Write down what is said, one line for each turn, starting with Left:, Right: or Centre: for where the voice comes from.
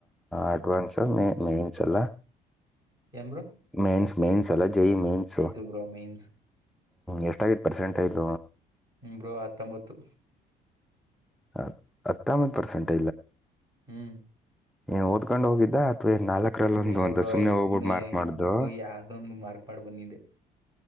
Centre: ಅಡ್ವಾನ್ಸ್ ಮ ಮೇನ್ಸ್ ಅಲ್ಲ
Right: ಯಾನ್ ಬ್ರೋ
Centre: ಮೇನ್ಸ್ ಮೈನ್ಸ್ ಎಲ್ಲ ಜೈ ಮೇನ್ಸ್ ಹ್ಮ
Right: ಬ್ರೋ ಮೇನ್ಸ್.
Centre: ಎಷ್ಟತು ಆಗಿತು ಪರ್ಸೆಂಟ್ಟೇಜ್
Right: ಹಾಂ ಬ್ರೂ ಹತ್ತೊಂಬತ್ತು.
Centre: ಹ ಹತ್ತೊಂಬತ್ತು ಪರ್ಸೆಂಟ್?
Right: ಹ್ಮ್..
Centre: ಏನ್ ಓದ್ೊಂಡ್ ಹೋಗಿದ್ದಾ ಅಥವಾ <inaudible>
Right: ಇಲ್ಲ ಇಲ್ಲ
Centre: ಅಂತ
Right: ಬ್ರೋ ಈ
Centre: ಹೋಗ್ಬಿಟ್ಟು
Right: ಸುಮ್ನೆ
Centre: ಮಾರ್ಕ್ ಮಾಡ್ದು
Right: ಈ ಗೋಗಿ ಯಾವ್ದೋ ಮಾರ್ಕ್ ಮಾಡ್ ಬಂದಿದೆ.